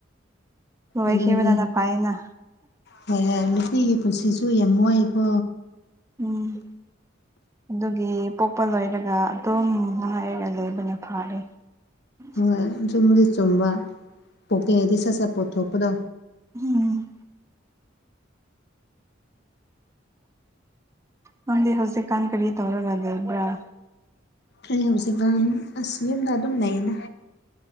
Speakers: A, on the right; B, on the left.
A: ꯂꯣꯏꯈꯤꯕꯅꯅ
B: ꯑꯗꯨꯅꯦ
A: ꯐꯩꯅ
B: ꯍꯣꯏ ꯅꯨꯄꯤꯒꯤ ꯄꯨꯟꯁꯤꯁꯨ ꯌꯥꯝ ꯋꯥꯏꯀꯣ
A: ꯎꯝ ꯑꯗꯨꯒꯤ ꯄꯣꯛꯄ ꯂꯣꯏꯔꯒ ꯑꯗꯨꯝ ꯃꯉꯥꯏꯔꯒ ꯂꯣꯏꯕꯅ ꯐꯥꯔꯦ <inaudible>
B: ꯍꯣꯏ ꯆꯨꯝꯕꯨꯗꯤ ꯆꯨꯝꯕ ꯄꯣꯛꯀꯦ ꯍꯥꯏꯗꯤ ꯁꯠ ꯁꯠ ꯄꯣꯠꯊꯣꯛꯄꯗꯣ
A: ꯎꯝ ꯅꯪꯗꯤ ꯍꯧꯖꯤꯛꯀꯥꯟ ꯀꯔꯤ ꯇꯧꯔꯒ ꯂꯩꯕ꯭ꯔꯥ
B: ꯑꯩ ꯍꯧꯖꯤꯛ ꯒꯥꯟ ꯑꯁ ꯌꯨꯝꯗ ꯑꯗꯨꯝ ꯂꯩꯌꯦꯗ